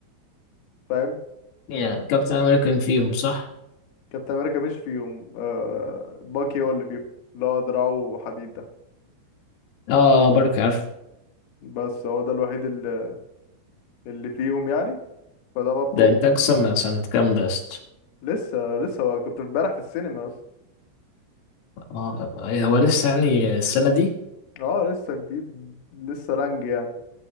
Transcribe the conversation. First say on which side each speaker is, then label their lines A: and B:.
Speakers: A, on the left (about 65°); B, on the left (about 85°).
A: فاهم
B: يعني كابتن امريكان فيهم صح
A: فكابتن امريكا مش فيهم آه، باكي هو اللي فيهم اللي هو دراعه حديد ده
B: اه آه، بركة عارف
A: بس هو ده الوحيد اللي اللي فيهم يعني فده برضه
B: ده انتاج سنة سنة كام ده يا اسطى
A: لسه لسه هو كنت امبارح في السينما اصلا
B: اه هو لسه يعني السنة دي
A: اه لسه جديد لسه لانج يعني